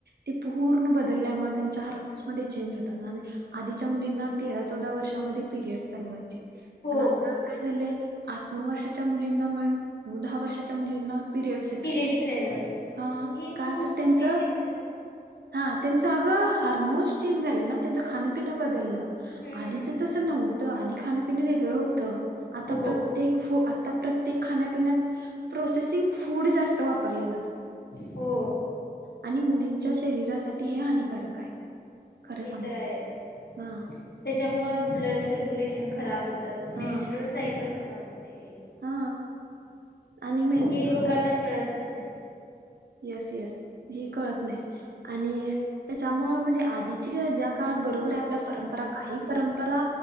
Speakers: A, on the right; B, on the left.
A: ते पूर्ण बदल्यामुळ त्यांचे हारमोन्स् मदे चेंज होतात आणि आधीच्या मुलींना तेरा चौदा वर्षामध्ये पिरियड चालू व्हायचे.
B: हो
A: पण आता काय झालंय, आठ नऊ वर्षाच्या मुलींना म्हण, नऊ दहा वर्षाच्या मुलींना पिरियडस् येतात,
B: पिरियड्स व्हायला लागलेत.
A: हा
B: हे
A: का
B: खूप
A: तर त्यांच
B: विचित्र
A: हा त्यांचं अगं हार्मोन्स चेंज झाले ना, त्यांचं खान पिनं बदललं
B: हम्म
A: आधीच तसं नव्हतं, आधी खाणपिण वेगळं होतं आता
B: हो
A: प्रत पू आता प्रत्येक खाण्यापिण्यात प्रोसेसिंग फूड जास्त वापरले जातात.
B: हो.
A: आणि मुलींच्या शरीरासाठी हे हानिकारक आहे. खरं
B: ते
A: सांगायचं
B: तर आहे,
A: हा
B: त्याच्यामुळ ब्लड सर्क्युलेशन खराब होत मेनस्ट्रल
A: हा
B: सायकल खराब होते.
A: हा आणि मेन्स्ट्रुअल
B: हे लोकांना कळतच नाही.
A: एस एस हे कळत नाही आणि त्यांच्यामुळे म्हणजे आधीची ज्या काळात बरोबर. आपल्या परंपरा काही परंपरा